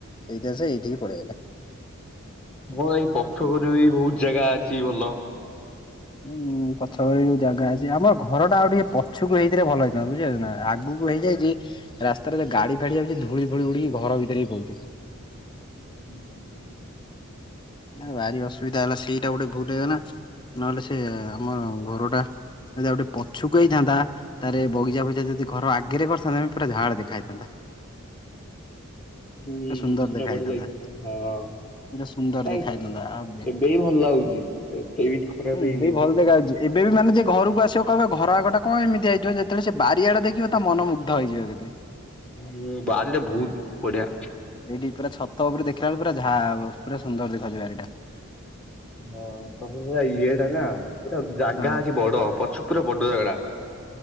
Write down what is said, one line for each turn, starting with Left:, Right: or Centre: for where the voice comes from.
Left: ସେଇଥିପାଇଁ ସେ ଏଇଠିକି ପଳେଇ ଆଇଲେ।
Centre: ହଁ ଭାଇ ପଛ ଘରେ ବି ବହୁତ୍ ଜାଗା ଅଛି ଭଲ।
Left: ଉଁ ପଛ କରେ ବି ଜାଗା ଅଛି ଆମର ଘର ଟା ଆଉ ଟିକେ ପଛକୁ ହେଇଥିଲେ ଭଲ ହେଇଥାନ୍ତା ବୁଝିଲେ ନା। ଆଗକୁ ହେଇଯାଇଛି ରାସ୍ତାରେ ଗାଡ଼ି ଫାଡ଼ି ଯାଉଛି ଧୂଳି ଫୁଳି ଉଡି଼କି ଘର ଭିତରେ ହିଁ ପଉଛି।
Centre: ହୁଁ ହୁଁ ହୁଁ
Left: ଆ ଭାରି ଅସୁବିଧା ହେଲା ସେଇଟା ଗୋଟେ ଭୁଲ୍ ହେଇଗଲା ନହେଲେ ସେ ଆମର ଘରଟା ଯଦି ଆଉ ଟିକେ ପଛକୁ ହେଇଥାନ୍ତା ତାପରେ ବଗିଚା ଫଗିଚା ଯଦି ଘର ଆଗରେ କରିଥାନ୍ତେ ପୁରା <unintelligible> ଦେଖା ହେଇଥାନ୍ତା।
Centre: ହୁଁ
Left: ପୁରା ସୁନ୍ଦର
Centre: ସେଟା
Left: ଦେଖା
Centre: ବଢ଼ିଆ
Left: ହେଇଥାନ୍ତା
Centre: ଲାଗିଥାନ୍ତା ହଁ।
Left: ପୁରା ସୁନ୍ଦର ଦେଖା ହେଇଥାନ୍ତା ଆଉ
Centre: ଏବେ ବି ଭଲ ଲାଗୁଛି ଏତେ ବି ଖରାପ
Left: ନାଁଇ ଏବେ
Centre: ହେଇନି।
Left: ବି ଭଲ ଦେଖାଯାଉଛି। ଏବେ ବି ମାନେ ଯିଏ ଘରକୁ ଆସିବ କହିବ ଘର ଆଗଟା କଣ ଏମିତି <unintelligible> ଯେତେବେଳେ ସିଏ ବାରିଆଡେ଼ ଦେଖିବ ତା ମନ ମୁଗ୍ଧ ହେଇଯିବ କେତେ।
Centre: ହୁଁ ବାରିଟା ବହୁତ୍ ବଢ଼ିଆ।
Left: ଏଇଠି ପୁରା ଛତ ଉପରେ ଦେଖିଲା ପୁରା ଯାହା ପୁରା ସୁନ୍ଦର ଦେଖାଯିବ ବାରିଟା।
Centre: ହଁ ତମ ପୁରା ଇଏଟା ନା ପୁରା ଜାଗା
Left: ହଁ
Centre: ଅଛି ବଡ଼ ପଛ ପୁରା ବଡ଼ ଜାଗା ଟା।